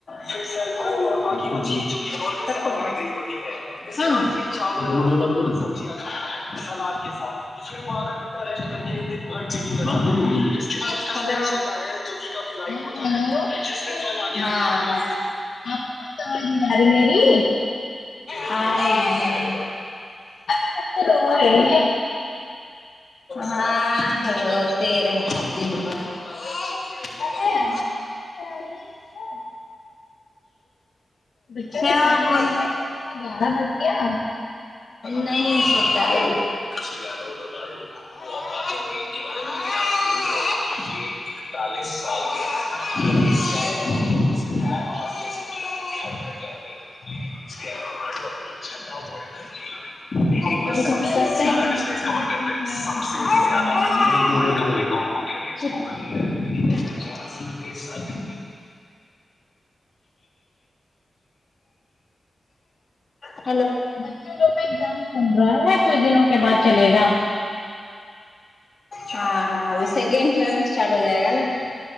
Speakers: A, on the left; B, on the left.
A: پھر سالمون اور بای مچھلی جو کہ نوروے سے منگائی گئی ہوتی ہے اس کے بعد چاول سبزیا کھاتا ہے سلاد کے ساتھ تو پھر وہ آدھا گھنٹہ ریسٹ کر کے ایک دن بھر ٹی وی دیکھتا ہے اس کے بعد اس کا ہیلو جو کہ کافی لائٹ
B: ہاں
A: ہو
B: ہیلو
A: ہاں
B: آپ کے پاس آواز نہیں جا رہی میری
A: آرہی ہے
B: ابھی بچے رو رہے ہیں
A: ہاں روتے رہتے دن بھر ج
B: روتے
A: بار
B: رہتے
A: <unintelligible>
B: ہیں، چپ کرائیے اس کو بچوں
A: کیا
B: کا ٹائم
A: بول
B: ہو گیا سونے کا گیارہ بج گیا
A: نہیں سوتا ہے بہت باتیں ہو رہی ہے ان کے بارے میں یہ اکتالیس سال کے <inaudible> <inaudible> <unintelligible> <inaudible>
B: چلو بڑھیا ہے تو ہمارے گھر بھی سب بڑھیا
A: <inaudible>
B: ہے
A: <inaudible> سال کی <inaudible> <inaudible>
B: بچوں لوگ کا ایگزام چل رہا ہے کچھ دنوں کے بعد چلے گا
A: ہاں ابھی سیکنڈ ٹرم اسٹارٹ ہو جائے گا نا